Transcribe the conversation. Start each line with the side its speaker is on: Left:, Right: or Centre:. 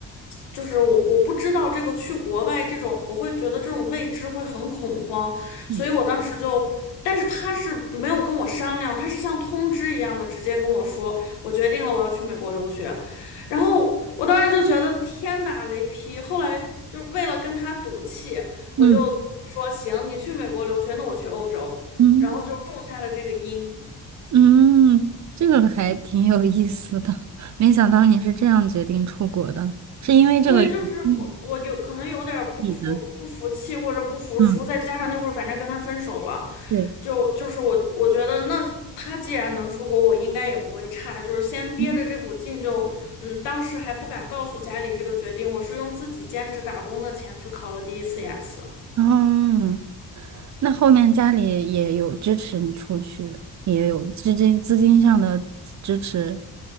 Left: 就是我我不知道这个去国外这种，我会觉得这种未知会很恐慌，
Right: 嗯
Left: 所以我当时就，但是他是没有跟我商量，他是像通知一样的直接跟我说，我决定了我要去美国留学，然后我当时就觉得天打雷劈，后来就为了跟他赌气，
Right: 嗯
Left: 我就说行，你去美国留学，那我去欧洲，
Right: 嗯，
Left: 然后就种下了这个因。
Right: 嗯，这个还挺有意思的，没想到你是这样决定出国的，是因为这个原因
Left: 对，就是我，我有可能有点儿不服不服气或者不服输，
Right: 你的，嗯，
Left: 再加上那会儿反正跟他分手了，
Right: 对，
Left: 就就是我我觉得那他既然能出国，我应该也不会差，就是先憋着这股劲就，
Right: 嗯，
Left: 嗯，当时还不敢告诉家里这个决定，我是用自己兼职打工的钱去考了第一次雅思。
Right: 后那后面家里也有支持你出去，也有资金资金上的支持，